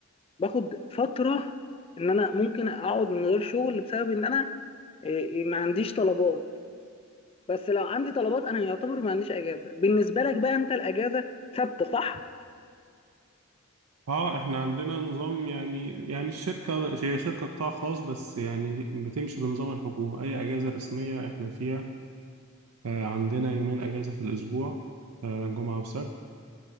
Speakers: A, on the left; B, on the right.
A: باخد فتره ان انا ممكن اقعد من غير شغل بسبب ان انا إيه، ما عنديش طلبات بس لو عندي طلبات انا يعتبر ما عنديش اجازه بالنسبه لك بقى انت الاجازه ثابته صح
B: اه احنا عندنا نظام يعني يعني الشركة هي شركة قطاع خاص بس يعني بتمشي بنظام الحكومة أي أجازة رسمية احنا فيها آه عندنا يومين أجازة في الأسبوع آه جمعة وسبت